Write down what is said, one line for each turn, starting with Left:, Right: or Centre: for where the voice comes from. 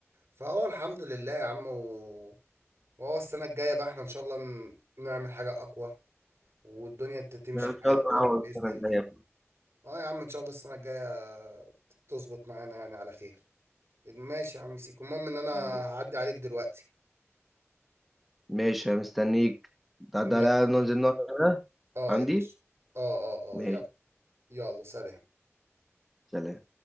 Right: فهو الحمد لله يا عم و- وهو السنة الجاية بقى احنا ان شاء الله ن- نعمل حاجة اقوى والدنيا ت- تمشي
Centre: لا، ان
Right: معانا
Centre: شاء الله انا
Right: يعني
Centre: هقعد
Right: بإذن
Centre: السنه
Right: الله
Centre: الجايه بإذن
Right: اه يا عم ان شاء الله السنة الجاية ت- تظبط معانا يعني على خير ماشي يا عم سيكو المهم ان انا
Centre: الله.
Right: هعدي عليك دلوقتي
Centre: ماشي أنا مستنيك ده ده
Right: ما-
Centre: لا ننزل نقعد هنا
Right: اه
Centre: عندي
Right: يا باشا اه اه
Centre: ماشي
Right: اه يلا يلا سلام
Centre: سلام